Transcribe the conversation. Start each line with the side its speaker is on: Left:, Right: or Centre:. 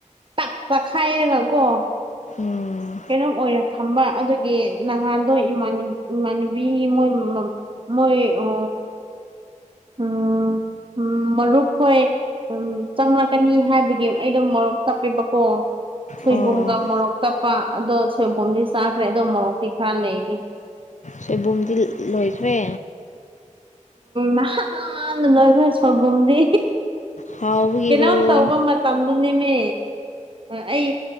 Right: ꯇꯛꯄ ꯈꯥꯏꯔꯒꯀꯣ
Left: ꯎꯝ
Right: ꯀꯩꯅꯣꯝ ꯑꯣꯏꯔꯣ ꯊꯝꯕ ꯑꯗꯨꯒꯤ ꯅꯍꯥꯟꯗꯣ ꯏꯃꯥꯟꯅꯨꯕꯤ ꯃꯣꯏ ꯃꯣꯏ ꯎ ꯎꯝ ꯎꯝ ꯃꯔꯨꯞꯈꯣꯏ ꯎꯝ ꯆꯪꯂꯛꯀꯅꯤ ꯍꯥꯏꯕꯒꯤ ꯑꯩꯗꯣ ꯃꯣꯔꯣꯛ ꯇꯞꯄꯦꯕꯀꯣ ꯁꯣꯏꯕꯨꯝꯒ
Left: ꯑꯣ
Right: ꯃꯣꯔꯣꯛ ꯇꯞꯄ ꯑꯗꯣ ꯁꯣꯏꯕꯨꯝꯗꯤ ꯆꯥꯈ꯭ꯔꯦ ꯑꯗꯣ ꯃꯣꯔꯣꯛꯇꯤ ꯈꯔ ꯂꯩꯅꯤ <inaudible>
Left: ꯁꯣꯏꯕꯨꯝꯗꯤ ꯂꯣꯏꯈ꯭ꯔꯦ
Right: ꯅꯍꯥꯟ ꯂꯣꯏꯈꯣꯏ ꯁꯣꯟꯕꯝꯗꯤ
Left: ꯍꯥꯎꯕꯒꯤꯔꯣ
Right: ꯀꯩꯅꯣꯝ ꯇꯧꯕ ꯃꯇꯝꯗꯨꯅꯦꯃꯦ ꯑꯩ